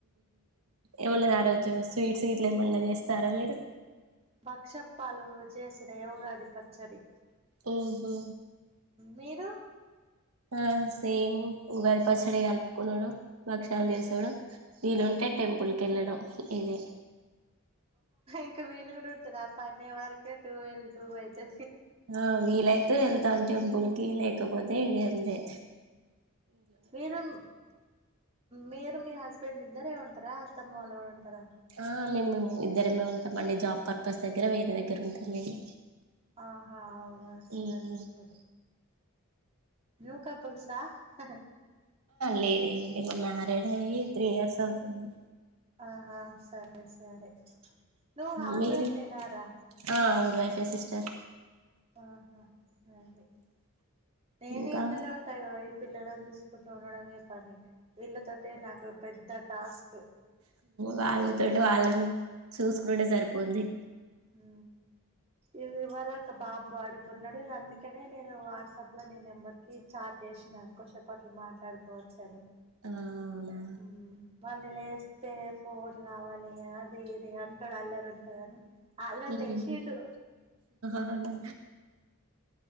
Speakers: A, on the right (about 80°); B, on the right (about 30°).
A: ఏమున్నాయ్‌ రోజు స్వీట్స్ లేమన్న జెస్తారా మీరు
B: భక్ష పాలు చేసదే ఉగాది పచ్చడి
A: ఓహొ
B: మీరు
A: ఆ సేమ్ ఉగారి పచ్చడి కలుపుకోవడం భక్షాల్ జేస్తడు వీలుుంటే టెంపుల్కెళ్ళడం ఇదే
B: ఇంకా వీలు కూడా ఉంటుదా పనే వరకె టూ వెల్ టూ అయితే
A: ఆ వీలైతే వెళ్తాన్ టెంపుల్ కి లేక ఇక పోతే ఇడియా అందే
B: మీరుమ్ మీరు మీ హస్బెండ్ ని ఇద్దరే ఉంటరా అత్త మామలు ఉంటారా కూడా
A: ఆ మేము ఇద్దరమే ఉం ఏమండి జాబ్ పర్పస్ దగ్గర వేరే దగ్గర ఉంటుంది మీరు
B: ఆహా అవునా సరే
A: ఉహు
B: సరే నూక పులుసా హా
A: లేదే ఏంటి మా మ్యారేడ్ అయ్యి త్రీ ఇయర్స్ అవుతుంది
B: ఆహా సరె సరే నువ్వు హౌస్
A: మీరె
B: వైఫేనారా
A: ఆ అవును వైఫ్ రెసిస్టర్
B: ఆహా సరే నేనే
A: ఇంకా
B: ఇండ్లలో ఉంటా గదా పిల్లలన్ జూసుకుంట ఉండడమే పని వీళ్ళతోటె నాకు పెద్ద టాస్క్
A: వాళ్తో వాళ్ళం చూసుకుంటే సరిపోద్ది
B: మ్ ఇ ఇవరాక బాబు అడుకు అన్నాడు అందుకనే నేను వాట్సాప్లో ని నెంబర్కి చార్ట్ చేసిన కొసేపాట్ల మాట్లాడుకోవచ్చు అని
A: అవునా
B: ఉ మళ్ళీ లేస్తే ఫోన్ కావాలి అది ఇది అంటాడు అల్లరు ఉంటుందని అలా
A: ఉహు.
B: లేశిండు
A: అవునా